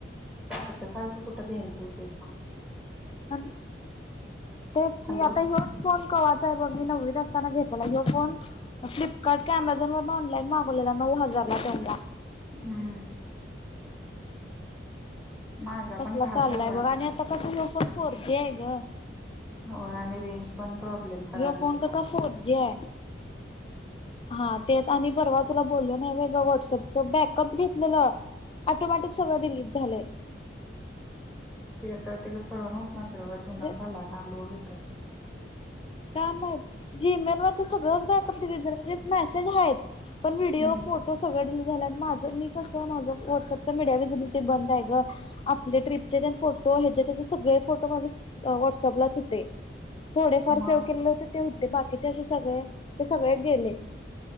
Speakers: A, in the centre; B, on the left.
A: सारखं सारखं कुठं घ्यायचं होतय सांग?
B: तेच की
A: हॅलो
B: आता ह्योच फोन कवाचाय बघ मी नववीत असताना घेत लेला ह्यो फोन फ्लिपकार्ट काय अमेझॉन वरन ऑनलाइन मागवलेला नऊ हजार ला तेंव्हा.
A: हम्म. माझा
B: कसला
A: पण दहाच
B: चाललाय
A: हजाराचा
B: बघा आणि
A: आहे
B: आता कस ह्यो पण फोर जी हाय ग.
A: हो आली रेंज पण प्रॉब्लेम करायली
B: हेय
A: तुला
B: कसा फोन फोर जी आहे. हा तेच आणि परवा तुला बोललो नाही होय ग व्हॉटसअपच बॅकअप घेतलेला. ऑटोमॅटिक सर्व डिलीट झालेय.
A: हम्म. तर तेला सहन होत नसल ग जुना
B: म्हणजे
A: झाला ना लोड होता.
B: काय माहित जीमेल वरच सगळंच बॅकअप डिलीट झालं म्हणजे मेसेज आहेत. पण व्हिडिओ
A: हम्म
B: फोटो सगळे डीली माझं मी कस माझं व्हट्सअप मीडिया्हिजिबिलटी बंद आहे ग आपल्या ट्रिपचे तेन फोटो याचे त्याचे सगळेच फोटो व्हाट्सअप ला होते थोडेफार. फार
A: मग
B: सेव्ह केलेले होते ते होते बाकीचे असे सगळे ते सगळे गेले.